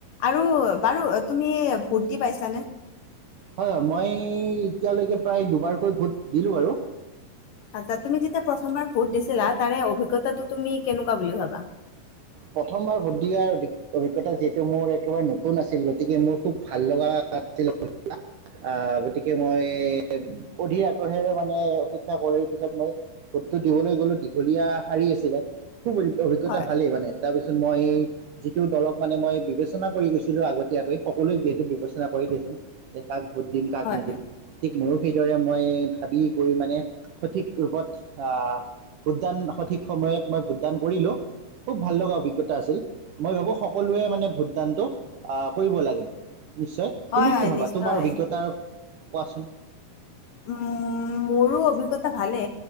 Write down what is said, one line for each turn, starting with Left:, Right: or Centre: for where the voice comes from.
Left: আৰু বাৰু তুমি ভূত দি পাইছানে?
Right: হয়, হয় মই এতিয়ালৈকে প্ৰায় দুবাৰকৈ ভোট দিলোঁ বাৰ।
Left: আচছা তুমি যেতিয়া প্ৰথমবাৰ ভোট দিছিলা তাৰে অভিজ্ঞতাটো তুমি কেনেকুৱা বুলি ভাবা?
Right: প্ৰথমবাৰ ভট দিয়াৰ অভিজ্ঞতা যিহেতু মোৰ একেবাৰে নতুন আছিল গতিকে মোৰ খুব ভাল লগা,। <inaudible> আহ গতিকে মই অধিৰ আগদ্ৰহেৰে মানে অপেক্ষা কৰি পিছত মই,। ভটটো দিবলৈ গ'লো দীঘলীয়া শাৰী আছিলে খুব অভিজ্ঞতা
Left: হয়
Right: ভালেই মানে তাৰপিছত মই যিটো দলক মানে মই বিবেচনা কৰি গৈছিলো আগতীয়াকৈ সকলোৱে যিহেতু বিবেচনা কৰি। ন যে কাক ভোট দিম, কাক
Left: হয়
Right: নিদিম ঠিক ময়ো সেইদৰে। মই ভাবি গৈ মানে সঠিক ৰূপত আহ ভোটদান সঠিক সময়ত মই ভোটদান কৰিলো খুব ভাল লগা অভিজ্ঞতা আছিল মই ভাবো সকলোৱে মানে ভোটদানটো আহ কৰিব লাগে নিশ্চয়
Left: হয়
Right: তুমি
Left: হয়
Right: কি ভাবা
Left: নিশ্চয়
Right: তোমাৰ অভিজ্ঞতা কোৱাচোন
Left: উম মোৰ অভিজ্ঞতা ভালে